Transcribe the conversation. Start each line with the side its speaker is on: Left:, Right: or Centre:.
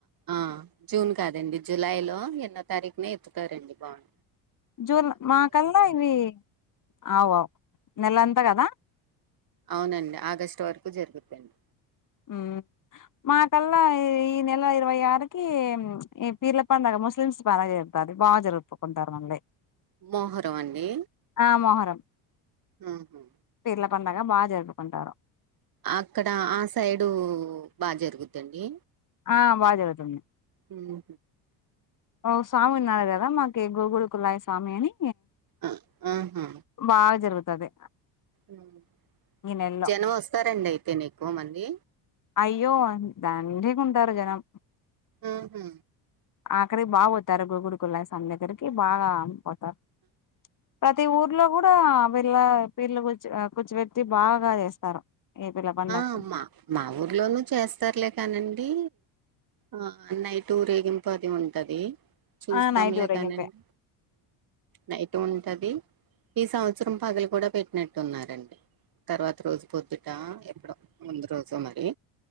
Right: ఆ జూన్ కాదండి జులై లో ఎన్నో తారీఖనే ఎత్తుతారండి బాన
Left: జూన్ మాకల్లా ఇవి అవువు నెలంతా కదా
Right: అవునండి ఆగస్టు వరకు జరుగుదండి
Left: ఉమ్ మాకల్లా ఈ నెల ఇరవై ఆరుకి ఈ పీర్ల పండగ ముస్లిమ్స్ బాగా జరప్ ఉంటది బా జరుపుకుంటారు మళ్ళీ
Right: మొహరం అండి
Left: ఆ మొహరం
Right: ఉహు
Left: పీర్ల పండగ బా జరుపుకుంటారు
Right: అక్కడ ఆ సైడూ బా జరుగుద్దండి
Left: ఆ బా జరుగుతుంది
Right: ఊహు
Left: ఓ స్వామి ఉన్నారు గదా మాకి గోగుడుకులాయి స్వామి అనీ
Right: అ ఆహా
Left: బాగా జరుగుతది
Right: మ్
Left: ఈ నెలలో
Right: జనం వస్తారండి అయితెనే ఎక్కువ మంది
Left: అయ్యో దండీ గుంటారు జనం
Right: ఊహు
Left: ఆక్కడికి బాగా పోతారు గోగుడికుల స్వామి దగ్గరికి బాగా పొ తాగ్ ప్రతి ఊర్లో గూడా వీళ్ళ వీళ్ళ గురించే ఆ కూర్చబెట్ ట్టి బాగా జేస్తారు ఈ పిల్ల పండక్కి
Right: ఆ మా మా ఊర్లోనూ చేస్తారులే కానండీ ఆ నైట్ ఊరేగింపు అది ఉంటది చూస్తాంలే
Left: ఆ నైట్ ఊరేగింపే
Right: కనండి నైట్ ఉంటది ఈ సంవత్సరం పగలు కూడా పెట్టినట్టు ఉన్నారండి తర్వాత రోజు పొద్దుటా ఎప్పుడో ముందు రోజో మరి